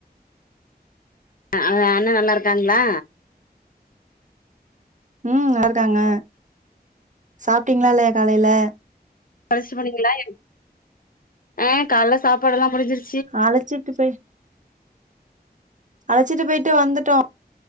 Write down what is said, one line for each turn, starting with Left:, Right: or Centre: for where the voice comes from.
Left: அ அண்ண நல்லா இருக்காங்களா
Right: ம் நல்ல இருக்காங்க சாப்ட்டீங்களா இல்லியா காலையில
Left: <unintelligible> அ காலைல சாப்பாடு எல்லா முடிஞ்சிரு
Right: அழச்சிட்டு போய் அழச்சிட்டு போயிட்டு வந்துட்டோ